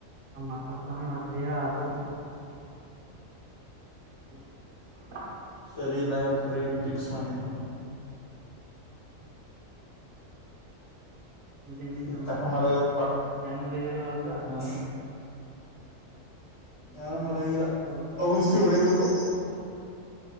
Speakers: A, on the right; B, on the left.
A: ಆ ಮಾತಾಡೆಯತಣಿ ಬದಲಿಯತು ಅದು <inaudible>
B: ಸರಿಯ ಲಾಗಲ್ಲ ಸರಿ ಈನು ಪಿಕ್ಸ್ ಮಾಡಿದ್ದ
A: ಮಂತ ಇನ್ನನ್
B: ಈ
A: ಸಮಚಾರ
B: ತಕಮಲ ಇರೋ ಪಕ್
A: ಏನ್ ಮಾಡಿದಾರ ಹೊಳಕ
B: ಹ ಯಾರು
A: ಏನ್
B: ಮನೆಗಿರ
A: ಮಾಡಿದಾರಪ್ಪ
B: ಇಲ್ಲ
A: ಹೊಳ್ಕ
B: ಔಷಿ ಹೊಡಬೇಕು